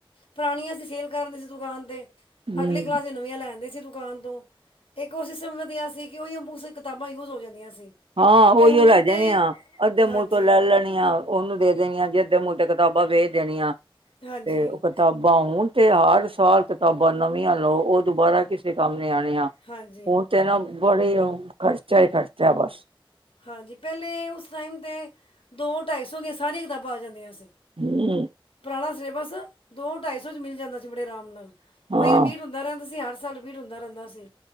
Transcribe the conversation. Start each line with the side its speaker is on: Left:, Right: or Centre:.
Left: ਪੁਰਾਣੀਆਂ ਸੀਂ ਸੇਲ ਕਰਦੇ ਸੀ ਦੁਕਾਨ 'ਤੇ।
Right: ਹੂੰ
Left: ਅਗਲੀ ਕਲਾਸ ਦੀ ਨਵੀਆ ਦੁਕਾਨ ਤੋਂ ਇੱਕ ਉਹ ਸਿਸਟਮ ਵਧੀਆ ਸੀ ਕਿ ਉਹੀ ਇਕ ਦੂਜੇ ਕਿਤਾਬਾਂ ਯੂਜ ਹੋ ਜਾਂਦੀਆਂ। ਸੀ
Right: ਹਾਂ
Left: ਤੇ
Right: ਉਹੀਓ
Left: ਹੁਣ
Right: ਲੈ
Left: ਤੇ
Right: ਜਾਣਿਆ ਅੱਧੇ
Left: ਹਾਂਜੀ
Right: ਮੂਲ ਤੋਂ ਲੈ ਲੈਣੀਆ ਉਹਨੂੰ ਦੇ ਦੇਣੀਆਂ ਜੇ ਅਧੇ ਮੁੱਲ ਤੇ ਕਿਤਾਬਾਂ ਵੇਚ ਦੇਣੀਆਂ।
Left: ਹਾਂਜੀ
Right: ਤੇ ਉਹ ਕਿਤਾਬਾਂ ਹੂਣ ਤੇ ਹਰ ਸਾਲ ਕਿਤਾਬਾਂ ਨਵੀਆਂ ਲਓ ਉਹ ਦੁਬਾਰਾ ਕਿਸੇ ਕੰਮ ਨੀ ਆਣੀਆ।
Left: ਹਾਂਜੀ
Right: ਹੁਣ ਤੇ ਨਾ ਬੜੇ ਔਂ ਖਰਚਾ ਖਰਚਾ ਬਸ
Left: ਹਾਂਜੀ ਪਹਿਲੇ ਉਸ ਉਸ ਟਾਈਮ 'ਤੇ ਦੋ ਢਾਈ ਸੌ ਦੀਆਂ ਸਾਰੀਆਂ ਕਿਤਾਬਾਂ ਆ ਜਾਂਦੀਆਂ ਸੀ।
Right: ਹੂੰ
Left: ਪੁਰਾਣਾ ਸਿਲੇਬਸ ਦੋ ਢਾਈ ਸੌ ਚ ਮਿਲ ਜਾਂਦਾ ਸੀ ਬੜੇ ਆਰਾਮ ਨਾਲ।
Right: ਹਾਂ
Left: ਉਹੀ ਰਿਪੀਟ ਹੁੰਦਾ ਰਹਿੰਦਾ ਸੀ ਹਰ ਸਾਲ ਰਪੀਟ ਹੁੰਦਾ ਰਹਿੰਦਾ ਸੀ।